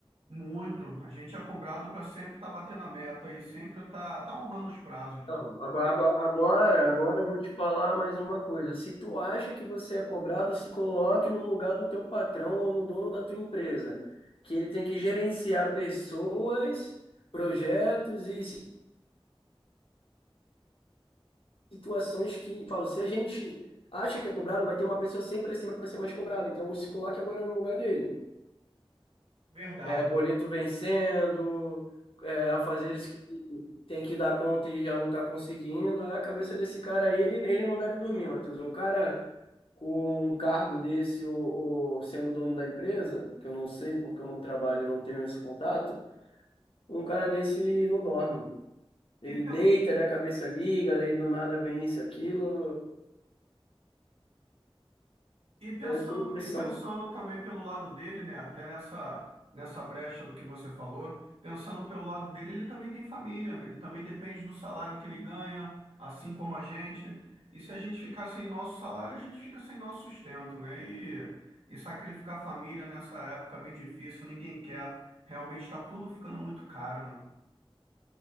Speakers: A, on the right; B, on the left.
A: Muito. A gente é cobrado para sempre estar batendo a meta e sempre estar tá, tá honrando os prazos,
B: Então,
A: né?
B: agora, agora, agora agora eu vou te falar mais uma coisa. Se tu acha que você é cobrado, se coloque no lugar do teu patrão ou no dono da tua empresa, que ele tem que gerenciar pessoas, projetos e si- situações que, falo, se a gente acha que é cobrado, vai ter uma pessoa sempre acima que vai ser mais cobrada. Então, se coloque agora no lugar dele.
A: Verdade.
B: é, boleto vencendo, é, afazeres que tem que dar conta e já não está conseguindo. Aí a cabeça desse cara aí, ele, ele não deve dormir, Matheus. Um cara com um cargo desse ou, ou sendo dono da empresa, que eu não sei porque eu não trabalho e não tenho esse contato, um cara desse não dorme. Ele
A: E pens-
B: deita, daí a cabeça liga, daí do nada vem isso, aquilo,
A: E pensando,
B: é tudo pressão.
A: e pensando também pelo lado dele, né? Até nessa, nessa brecha do que você falou, pensando pelo lado dele, ele também tem família, né? Ele também depende do salário que ele ganha, assim como a gente. E se a gente ficar sem nosso salário, a gente fica sem nosso sustento, né? E, e sacrificar a família nessa época bem difícil, ninguém quer. Realmente está tudo ficando muito caro, né?